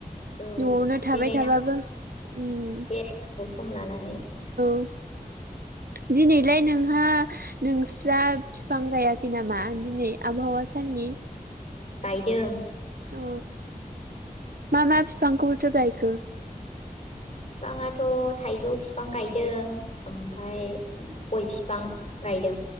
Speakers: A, on the left; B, on the right.
A: औ
B: न'आवनो थाबाय
A: बेरायना
B: थाबाबो उम
A: बेरायनांगौ सम लानानै
B: <unintelligible> दिनैलाय नोंहा नोंस्रा फिफां गायाखै नामा? दिनै आबहावा साननि।
A: गायदों।
B: औ मा मा बिफांखौथो गायखो?
A: फिफाङाथ' थाइजौ फिफां गायदों ओमफाय गय फिफां गायदों